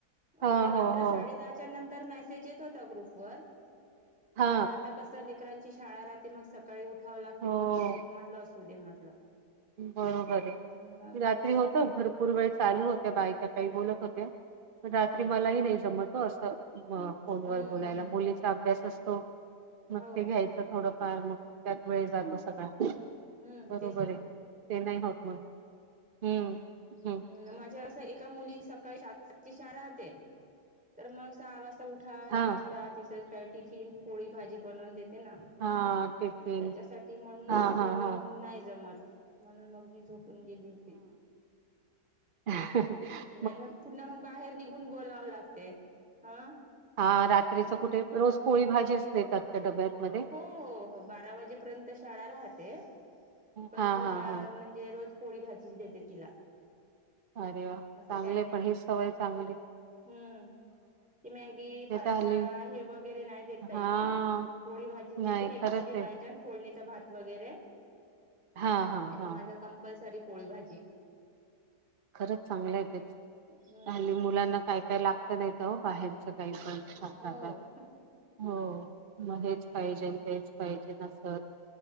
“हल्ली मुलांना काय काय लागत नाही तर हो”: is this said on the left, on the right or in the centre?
Right